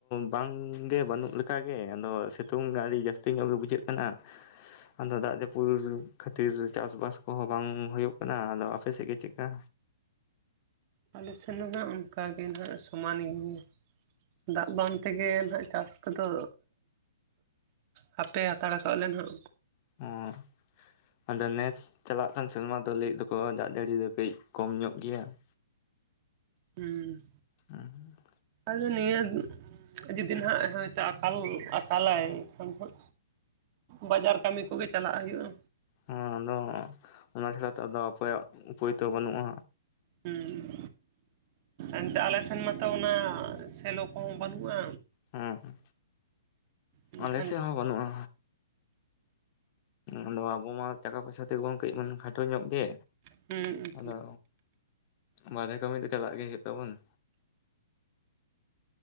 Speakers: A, on the left; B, on the right.
A: ᱵᱟᱝᱜᱮ ᱵᱟᱹᱱᱩᱜ ᱞᱮᱠᱟᱜ ᱜᱮ, ᱟᱫᱚ ᱥᱤᱛᱩᱝ ᱟᱹᱰᱤ ᱡᱟᱹᱥᱛᱤ ᱧᱚᱜ ᱜᱮ ᱵᱩᱡᱷᱟᱹᱜ ᱠᱟᱱᱟ ᱟᱫᱚ ᱫᱟᱜ ᱡᱟᱹᱯᱩᱫ ᱠᱷᱟᱹᱛᱤᱨ ᱪᱟᱥᱼᱵᱟᱥ ᱠᱚᱦᱚᱸ ᱵᱟᱝ ᱦᱩᱭᱩᱜ ᱠᱟᱱᱟ ᱾ ᱟᱫᱚ ᱟᱯᱮ ᱥᱮᱫ ᱜᱮ ᱪᱮᱫᱞᱮᱠᱟ.?
B: ᱟᱞᱮ ᱥᱮᱱ ᱫᱚ ᱚᱱᱠᱟ ᱜᱮ ᱱᱟᱦᱜ ᱥᱚᱢᱟᱱ ᱜᱮ ᱫᱟᱜ ᱵᱟᱝ ᱛᱮᱜᱮ ᱱᱟᱦᱜ ᱪᱟᱥ ᱠᱚᱫᱚ ᱦᱟᱯᱮ ᱦᱟᱛᱟᱲ ᱠᱟᱜᱞᱮ ᱱᱟᱦᱜ
A: ᱚᱸ ᱾ ᱟᱫᱚ ᱱᱮᱥ ᱪᱟᱞᱟᱜ ᱠᱟᱱ ᱥᱮᱨᱢᱟ ᱫᱚ ᱞᱟᱹᱭ ᱫᱚᱠᱚ ᱫᱟᱜ ᱡᱟᱹᱲᱤ ᱫᱚ ᱠᱟᱹᱡ ᱠᱚᱢ ᱧᱚᱜ ᱜᱮᱭᱟ ᱾
B: ᱦᱩᱸ᱾
A: ᱦᱩᱸ ᱦᱩᱸ ᱾
B: ᱟᱫᱚ ᱱᱤᱭᱟᱹ ᱡᱩᱫᱤ ᱱᱟᱦᱜ ᱦᱚᱭᱛᱳ ᱟᱠᱟᱞ ᱟᱠᱟᱞᱟᱭ ᱮᱱᱠᱷᱟᱱ ᱵᱟᱡᱟᱨ ᱠᱟᱹᱢᱤ ᱠᱚᱜᱮ ᱪᱟᱞᱟᱜ ᱦᱩᱭᱩᱜᱼᱟ
A: ᱦᱩᱸᱱᱩᱸ ᱚᱱᱟ ᱪᱷᱟᱲᱟᱛᱚ ᱟᱫᱚ ᱚᱠᱚᱭᱟᱜ ᱩᱯᱟᱹᱭ ᱛᱚ ᱵᱟᱹᱱᱩᱜᱼᱟ
B: ᱦᱩᱸ ᱮᱱᱛᱮ ᱟᱞᱮ ᱥᱮᱱ ᱢᱟᱛᱚ ᱚᱱᱟ ᱥᱮᱞᱚ ᱠᱚᱦᱚᱸ ᱵᱟᱹᱱᱩᱜᱼᱟ
A: ᱦᱩᱸ
B: ᱮᱱᱠᱷᱟᱱ
A: ᱟᱞᱮᱥᱮᱜ ᱦᱚᱸ ᱵᱟᱹᱱᱩᱜᱼᱟ ᱟᱫᱚ ᱟᱵᱚᱢ ᱢᱟ ᱴᱟᱠᱟ ᱯᱚᱭᱥᱟ ᱛᱮᱜᱮᱵᱚᱱ ᱠᱟᱹᱡ ᱵᱚᱱ ᱠᱷᱟᱴᱚ ᱧᱚᱜ ᱜᱮ
B: ᱦᱩᱸ
A: ᱟᱫᱚ ᱵᱟᱨᱦᱮ ᱠᱟᱹᱢᱤ ᱫᱚ ᱪᱟᱞᱟᱜ ᱜᱮ ᱦᱩᱭᱩᱜ ᱛᱟᱵᱚᱱᱩ